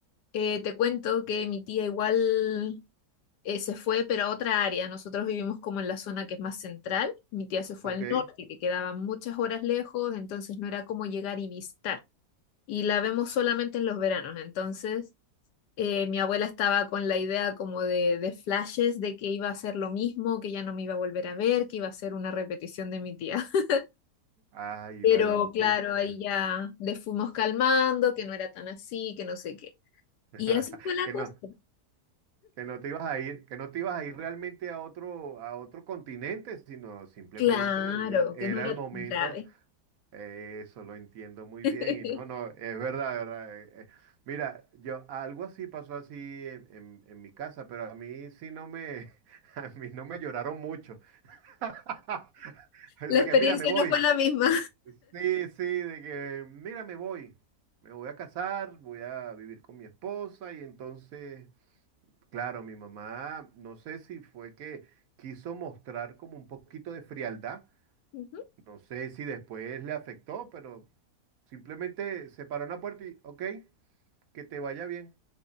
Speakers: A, on the left (about 80°); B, on the right (about 60°).
A: eh, te cuento que mi tía igual eh, se fue pero a otra área. Nosotros vivimos como en la zona que es más central. Mi tía se fue
B: ok.
A: al norte, que quedaban muchas horas lejos, entonces no era como llegar y visitar. Y la vemos solamente en los veranos, entonces eh, mi abuela estaba con la idea como de, de flashes de que iba a ser lo mismo, que ya no me iba a volver a ver, que iba a ser una repetición de mi tía. <laughs>
B: Ay,
A: Pero
B: vale, increíble.
A: claro, ahí ya le fuimos calmando, que no era tan así, que no sé qué.
B: <laughs>
A: Y así fue la
B: Que
A: cosa.
B: no, que no te ibas a ir, que no te ibas a ir realmente a otro, a otro continente, sino simplemente
A: Claro,
B: eh, era
A: que no era
B: el
A: tan
B: momento.
A: grave.
B: Eh, Eso lo entiendo muy
A: <laughs>
B: bien. Y no, no, es verdad, verdad. eh, eh. Mira, yo algo así pasó así en, en- en mi casa, pero a mí sí no me, <laughs> a mí no me lloraron mucho. <laughs> Así
A: La experiencia
B: que, mira, me voy.
A: no fue la misma.
B: Sí, sí, de que, mira, me voy. Me voy a casar, voy a vivir con mi esposa y entonces. Claro, mi mamá, no sé si fue que quiso mostrar como un poquito de frialdad,
A: Ujú.
B: no sé si después le afectó, pero simplemente se paró en la puerta y, ok, que te vaya bien.